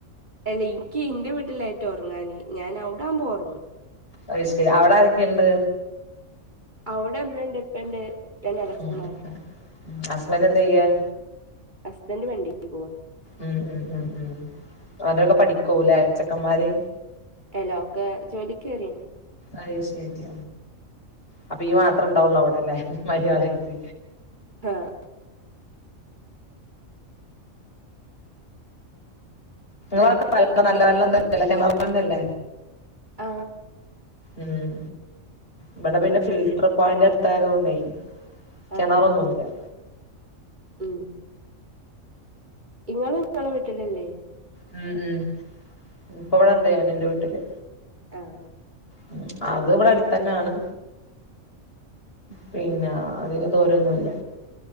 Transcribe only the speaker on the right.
എല്ല ന്ക്ക് ന്റെ വീട്ടിലായിട്ടാ ഉറങ്ങാനേ ഞാൻ അവിടാ ആവുമ്പോ ഉറങ്ങും
അവിടെ മ്മണ്ട് ഇപ്പണ്ട് പിന്നെ എളച്ചന്മാരാ
ഹസ്ബൻഡ് വണ്ടിക്ക് പോവാ
എല്ലക്കെ ജോലി കേറീക്ക്‌ണ്
ആഹ
എന്നിട്ട്
പിന്നെ
ആ
ആഹ് ഉം ഇങ്ങള് ങ്ങളെ വിട്ടിലല്ലേ
ആഹ
ഉം